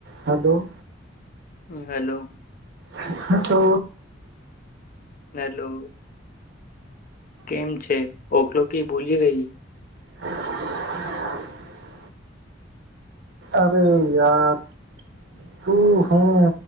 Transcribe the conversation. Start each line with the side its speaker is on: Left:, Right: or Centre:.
Right: હા બોલ.
Left: હેલો.
Right: હા તો
Left: હેલો કેમ છે, ઓખલો ક ભોલી રહી
Right: <inaudible> અરે યાર તું હું